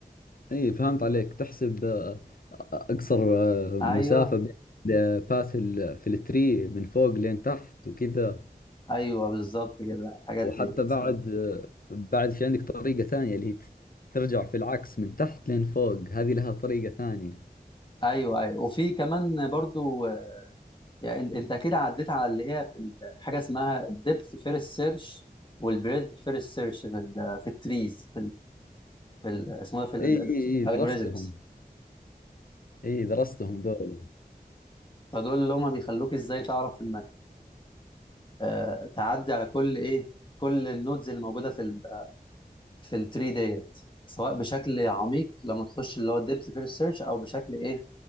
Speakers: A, on the left; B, on the left.
A: اي فهمت عليك تحسب آه، اقصر آه،
B: ايوه
A: مسافة بين الباث ال- في التري من فوق لين تحت وكذا
B: ايوه بالظبط كده الحاجات
A: وحتى
B: دي
A: بعد آه، بعد في عندك طريقة ثانية اللي هي ت- ترجع في العكس من تحت لين فوق هذه لها طريقة ثانية
B: ايوه ايوه وفي كمان برضو يعني انت أنت اكيد عديت على اللي هي في ال- حاجه اسمها الديبث فيرست سيرش والبريدث فيرست سيرش في ال- في التريز في ال اسمه ده في
A: اي اي اي درستهم
B: الالجوريزمز
A: اي درستهم ذولا
B: فدول اللي هما بيخلوك ازاي تعرف انك آه، تعدي على كل ايه كل النودز اللي موجوده في ال في التري ديت سواء بشكل عميق لما تخش اللي هو الديبث فيرست سيرش او بشكل ايه